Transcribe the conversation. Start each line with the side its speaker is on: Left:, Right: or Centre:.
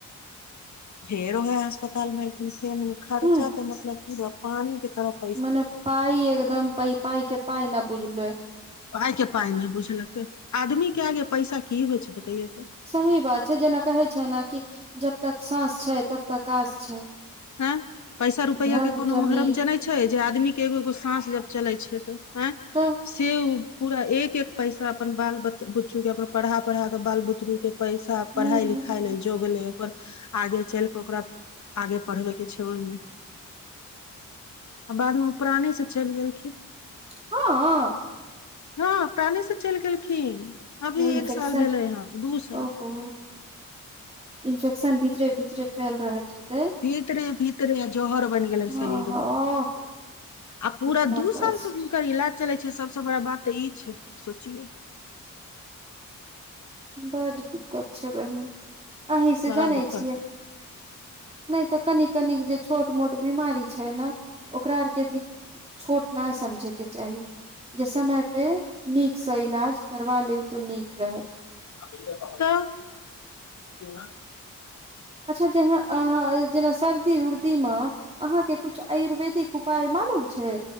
Left: फेरो है अस्पताल मे लेकिन फेर खर्चा
Right: हूँ
Left: त मतलब कि रह पानी के तरफ
Right: मने पाइ एकदम पै पाइ के पाइ ने बुझल
Left: पाइ के पाइ नहि बुझलकै आदमीक के आगे पैसा कि होइ छै बतैये त
Right: सही बात छै जेना कहै छै ने कि जब तक सास छै तब तक कस छै
Left: ह पैसा रुपैआ
Right: घर
Left: के कोनो
Right: जमीन
Left: महरम जेनाै छै जे आदमी के एगो एगो साँस जब चले छै त आ
Right: त
Left: से पूरा एक एक पैसा अपन बाल बुच्चु के अपन पढ़ा पढ़ा के बाल बुतरु के पैसा
Right: हूँ
Left: पढ़ाई लिखाइ
Right: हूँ
Left: नहि जोग नहि ओकर आगे चल के ओकरा आगे। पढ़बै के छै ओहि मे बाद मे ओ पराने से चलि गेलखिन
Right: ह
Left: हँ प्राणे से चलि गेलखिन अभी
Right: इन्फेशन
Left: एक साल भेलै हँ दू साल
Right: ओ। ओ इन्फेक्शन भीतरे भीतरे फैल रहत होते
Left: भीतरे भीतरे। जहर बनि गेलैन
Right: हँ
Left: शरीर
Right: हँ
Left: आ पूरा
Right: कितना
Left: दू
Right: कष्ट
Left: साल से हुनकर इलाज चलै छै सबसँ बड़ा बात तऽ ई छै सोचियै
Right: बड दिक्कत छै बहिन अही से
Left: बड़ा
Right: जनै
Left: दुखद
Right: छियै नै तऽ कनिक कनिक जे छोट मोट बीमारी छै न ओकरा आर के भी छोट नैय समझै के चाही जे समय पे नीकसँ इलाज करबा लेब तोऽ नीक रहत
Left: त
Right: अच्छा जेहाँ आहा जेना सर्दी उर्दी दी म अहाँके कुछ आयुर्वेदिक उपाय मालूम छै